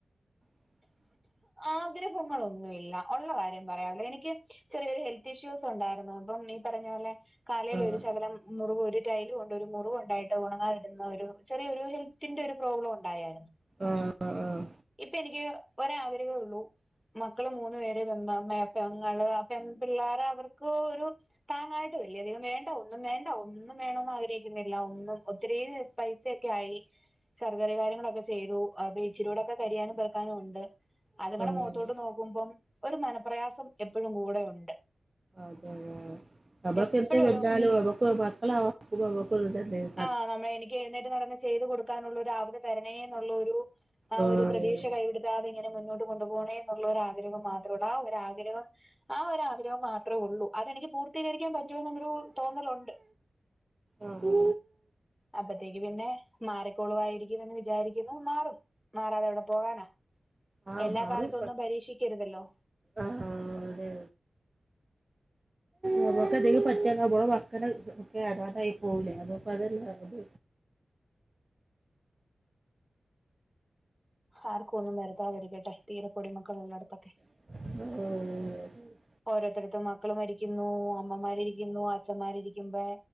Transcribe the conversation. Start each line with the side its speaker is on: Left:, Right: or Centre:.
Right: <inaudible>
Centre: ആഗ്രഹങ്ങളൊന്നുഇല്ല, ഒള്ള കാര്യം പറയാവല്ലോ എനിക്ക് ചെറിയൊരു ഹെൽത്ത് ഇഷ്യൂസ് ഉണ്ടായിരുന്നു അപ്പം ഈ പറഞ്ഞ പോലെ കാലേൽ
Right: ആഹ്
Centre: ഒരു ശകലം മുറിവ് ഒരു ടൈല് കൊണ്ട് ഒരു മുറിവ് ഉണ്ടായിട്ട് ഉണങ്ങാതിരുന്ന ഒരു ചെറിയൊരു ഹെൽത്തിന്റൊരു പ്രോബ്ലം ഉണ്ടായാരുന്നു
Right: ആഹ് ആഹ്
Centre: ഇപ്പ എനിക്ക് ഒര് ആഗ്രഹേ ഉള്ളൂ. മക്കള് മൂന്നു പേര് പെ പെങ്ങള് അ പെമ്പിള്ളേര് അവർക്കൊരു താങ്ങായിട്ടൂല്ല്യധികം വേണ്ട ഒന്നും വേണ്ട ഒന്നും വേണംന്ന് ആഗ്രഹിക്കുന്നില്ല ഒന്നും ഒത്തിരി പൈസയൊക്കെയായി, സർജറി കാര്യങ്ങളൊക്കെ ചെയ്തു, ആ ബീച്ചിലൂടെ കരിയാനും പെറക്കാനും ഒണ്ട്, അതങ്ങടെ
Right: ആഹ്
Centre: മുഖത്തോട്ട് നോ <unintelligible> ഒര് മനപ്രയാസം എപ്പഴും കൂടെ ഒണ്ട്
Right: അതെയൊ നമ്മക്ക്
Centre: എപ്പഴും
Right: എന്ത് വന്നാലും
Centre: ഒരു
Right: നമ്മക്ക് മക്കളെ <unintelligible>
Centre: ആ നമ്മ എനിക്ക് എഴുന്നേറ്റ് നടന്ന് ചെയ്ത് കൊടുക്കാനൊള്ള ഒര് ആവത് തരണേന്നുള്ളൊരു ആ
Right: ആഹ്
Centre: ഒര് പ്രതീക്ഷ കൈവിട്ത്താതെ ഇങ്ങനെ മുന്നോട്ട് <unintelligible> കൊണ്ടുപോണേന്നുള്ളൊരാഗ്രഹം മാത്രേഒള്ളു, ആ ഒര് ആഗ്രഹം ആ ഒര് ആഗ്രഹം മാത്രേ ഒള്ളൂ, അതെനിക്ക് പൂർത്തീകരിക്കാൻ പറ്റൂ എന്ന്ള്ളൊരു തോന്നലൊണ്ട്.
Right: ആഹ്
Centre: അപ്പത്തേക്ക് പിന്നെ, മാറിക്കോളുവാരിക്കും എന്ന് വിചാരിക്കുന്നു മാറും, മാറാതെ എവ്ടെ പോകാനാ
Right: ആഹ്
Centre: എല്ലാ
Right: മാറും
Centre: കാലത്തും ഒന്നും പരീക്ഷിക്കരുതല്ലോ
Right: ആഹ് അതെ. നമ്മക്ക് എന്തെലും പറ്റിയാ നമ്മളെ മക്കള് ഒക്കെ അനാഥായി പോവൂലെ അതപ്പ അതല്ല അത്
Centre: ആർക്കും ഒന്നും വരുത്താതിരിക്കട്ടെ, തീരെ പൊടിമക്കള് ഒള്ളടത്തൊക്കെ
Right: ഊം
Centre: ഓരോത്തടത്ത് മക്കള് മരിക്കുന്നു, അമ്മമാരിരിക്കുന്നു അ അച്ഛമ്മാര് ഇരിക്കുമ്പേ,